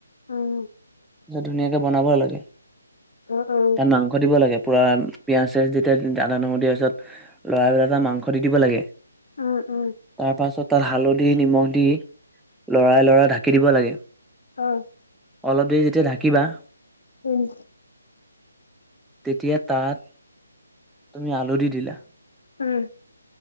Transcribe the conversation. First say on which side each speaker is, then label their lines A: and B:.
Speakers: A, on the left; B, in the centre.
A: উম,
B: ত, ধুনীয়াকে বনাব লাগে।
A: অ অ
B: তাত মাংস দিব লাগে, পুৰা পিঁয়াজ-চিয়াজ যেতিয়া আদা নহৰু দিয়াৰ পিছত, লৰাই- লৰাই তাত মাংস দি দিব লাগে।
A: উম, উম,
B: তাৰ পাছত, তাত হালধি, নিমখ দি লৰাই-লৰাই ঢাকি দিব লাগে।
A: উম,
B: অলপ দেৰি যেতিয়া ঢাকিবা
A: উম,
B: তেতিয়া তাত, তুমি আলু দি দিলা।
A: উম,